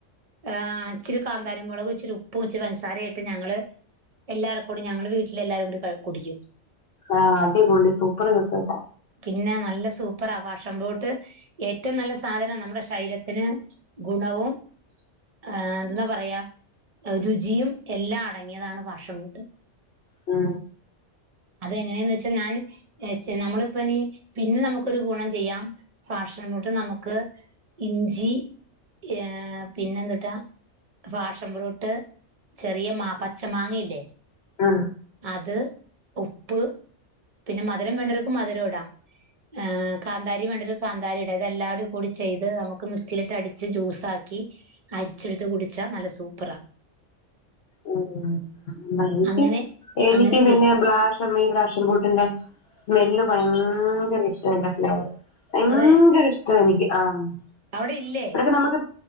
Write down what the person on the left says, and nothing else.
ആ അടിപൊളി സൂപ്പർ ദെസേട്ടാ
ആ
ആ
ഓ <unintelligible>
എനിക്ക്
ഇതെന്നെ
ബ്ലാഷ് ടെമി ബ്രാഷൻപൂട്ടിന്റെ സ്മെല്ല് ഭയങ്കര ഇഷ്ടായിൻ്റെ ഫ്ലേവർ ഭയങ്കര
ഇഷ്ട നിക്ക് ആ ന്നട്ട്
നമക്ക്